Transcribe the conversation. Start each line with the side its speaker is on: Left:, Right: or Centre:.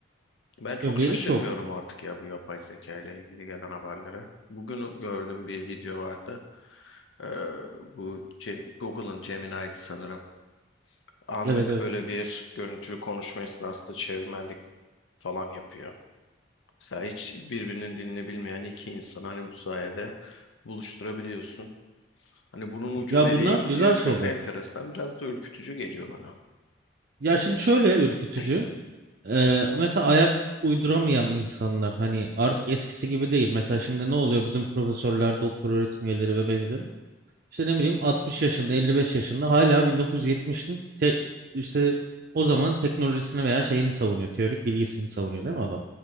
Left: Ben çok
Right: Ya veri
Left: şaşırmıyorum
Right: çok.
Left: artık ya bu yapay zeka ile ilgili gelen haberlere. Bugün gördüm bir video vardı. Ee, bu Gem- Google'ın Gemini'ydi sanırım. Anlık
Right: Evet evet.
Left: böyle bir görüntülü konuşma esnasında çevirmenlik falan yapıyor. Mesela hiç birbirinin dilini bilmeyen iki insan hani bu sayede buluşturabiliyorsun. Hani bunun ucu
Right: Ya
Left: nereye
Right: bunlar
Left: gidiyor
Right: güzel
Left: çok
Right: şeyler.
Left: enteresan. Biraz da ürkütücü geliyor bana.
Right: Ya şimdi
Left: Ya
Right: şöyle
Left: şu-
Right: ürkütücü.
Left: <clears throat>
Right: Ee, mesela ayak uyduramayan insanlar hani artık eskisi gibi değil. Mesela şimdi ne oluyor bizim profesörler, doktor öğretim üyeleri ve benzeri. İşte ne bileyim 60 yaşında, 55 yaşında hala 1970'in te- işte o zamanın teknolojisini veya şeyini savunuyor. Teorik bilgisini savunuyor değil mi adam?